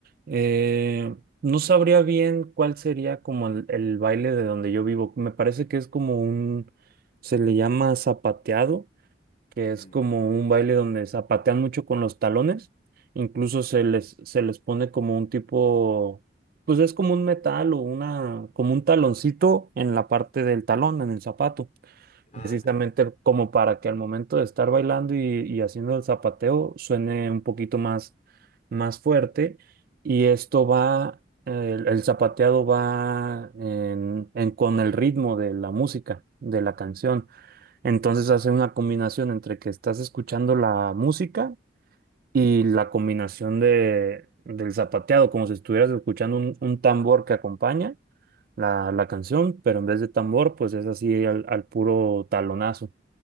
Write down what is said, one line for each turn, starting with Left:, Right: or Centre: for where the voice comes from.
Right: Eh, no sabría bien cuál sería como el, el baile de donde yo vivo. Me parece que es como un, se le llama zapateado, que
Left: Mm.
Right: es como un baile donde zapatean mucho con los talones. Incluso se les, se les pone como un tipo, pues es como un metal o una, como un taloncito en la parte del talón, en el zapato
Left: Ah,
Right: precisamente
Left: claro.
Right: como para que al momento de estar bailando y, y haciendo el zapateo suene un poquito más, más fuerte y esto va, eh, el, el zapateado va en- en- con el ritmo de la música, de la canción. Entonces hace una combinación entre que estás escuchando la música y la combinación de, del zapateado, como si estuvieras escuchando un, un tambor que acompaña la, la canción, pero en vez de tambor, pues es así al, al puro talonazo.